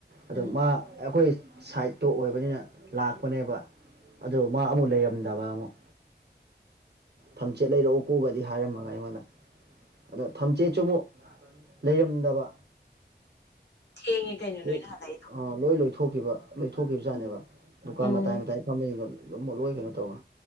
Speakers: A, on the right; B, on the left.
A: ꯑꯗꯣ
B: ꯎꯝ
A: ꯃꯥ ꯑꯩꯈꯣꯏ ꯁꯥꯏꯠ ꯇꯣ ꯑꯣꯏꯕꯅꯤꯅ ꯂꯥꯛꯄꯅꯦꯕ ꯑꯗꯨ ꯃꯥ ꯑꯃꯨꯛ ꯂꯩꯔꯝꯗꯕ ꯑꯃꯨꯛ ꯊꯝꯆꯦꯠ ꯂꯩꯔꯛꯎ ꯀꯣꯒꯗꯤ ꯍꯥꯏꯔꯝꯃꯒ ꯑꯩꯉꯣꯟꯗ ꯑꯗꯣ ꯊꯝꯆꯦꯠꯁꯨ ꯑꯃꯨꯛ ꯂꯩꯔꯝꯗꯕ
B: ꯊꯦꯡꯉꯦ ꯀꯩꯅꯣ ꯅꯣꯏꯅ
A: ꯎ
B: ꯍꯜꯂꯛꯏꯗꯣ
A: ꯑꯥ <unintelligible> ꯂꯣꯏ ꯂꯣꯏꯊꯣꯛꯈꯤꯕ ꯂꯣꯏꯊꯣꯛꯈꯤꯕꯖꯥꯅꯦꯕ
B: ꯎꯝ
A: ꯗꯨꯀꯥꯟ
B: ꯎꯝ
A: ꯃꯇꯥꯏ ꯃꯇꯥꯏ ꯐꯝꯃꯦꯕꯗꯣ ꯑꯗꯨ ꯂꯣꯏ ꯀꯩꯅꯣ ꯇꯧꯋꯦ